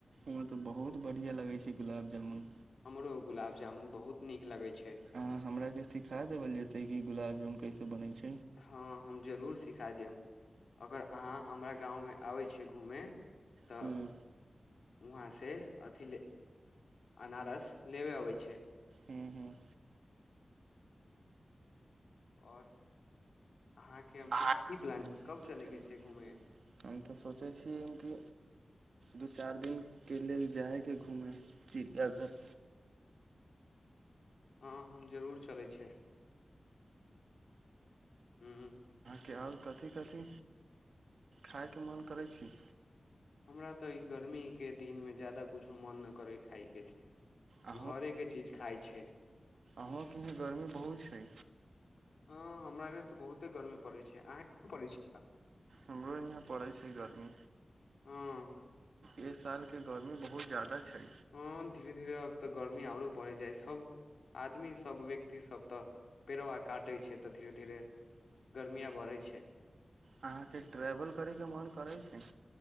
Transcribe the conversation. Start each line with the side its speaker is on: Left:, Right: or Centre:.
Right: ओ तऽ बहुत बढ़िआँ लगै छै गुलाब जामुन
Left: हमरो गुलाब जामुन बहुत नीक लगैत छै
Right: अ हमरा के सिखा देबल जते क गुलाब जामुन कैसे बनै छै
Left: हँ हम जरूर सिखा देब अगर अहाँ हमरा गाँवमे आबै छै घूमय तऽ
Right: ह्म
Left: वहाँसँ अथि ले अनारस लेबे अबै छै
Right: हूँ हूँ
Left: आओर अहाँके हम की
Right: हम
Left: की प्लान छै कब चलैके छै घूमे
Right: तऽ सोचै छीय कि दू चारि दिन के लेल जाइके घूमै चिड़िया घर
Left: हँ हम जरूर चलै छै हू
Right: क्याल कथी कथी खायके मोन करै छी
Left: हमरा तऽ ई गर्मीके दिनमे ज्यादा किछो मन नहि करय खाायके छै
Right: अ
Left: घरे के चीज खाइ छै
Right: अ इ गर्मी बहुत छै
Left: हँ हमरा नहि तऽ बहुते गर्मी पड़ै छै अह पड़ै छै
Right: हमरो यहाँ पड़ै छै गर्मी
Left: हँ
Right: इ साल के गौर में बहुत ज्यदा छै
Left: हँ धीरे धीरे आब तऽ गर्मी आओरो बढ़य जाइ सभ आदमी सभ व्यक्तिसभ तऽ पेड़वा काटै छै तऽ धीरे धीरे गर्मिया बढ़ै छै
Right: अहाँके ट्रेवल करे के मन करै छै